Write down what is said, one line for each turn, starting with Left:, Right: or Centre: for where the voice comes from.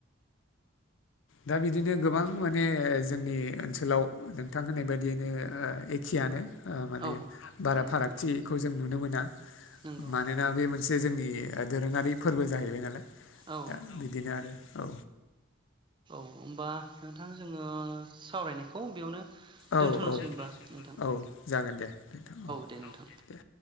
Left: दा बिदिनो गोबां माने जोंनि ओनसोलाव नोंथां होननाय बायदियैनो एखेयानो ओ माने
Right: औ
Left: बारा
Right: नंगौ
Left: फारागथिखौ
Right: नंगौ
Left: जों नुनो मोना
Right: नंगौ
Left: मानोना बे मोनसे जोंनि दोरोङारि फोरबो जाहैबाय नालाय
Right: औ
Left: दा बिदिनो आरो औ
Right: होनोमबा नोंथां जोङो सावरायनायखौ बेयावनो दोनथ'नोसै
Left: औ औ
Right: होमबा नोंथां
Left: औ जागोन दे नोंथां औ
Right: दे नोंथां
Left: दे